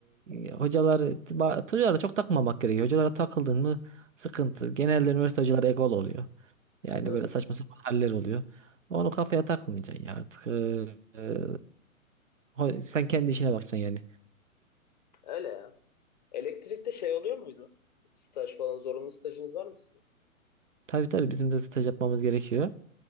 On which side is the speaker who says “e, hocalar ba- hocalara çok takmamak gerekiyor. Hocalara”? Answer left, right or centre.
Right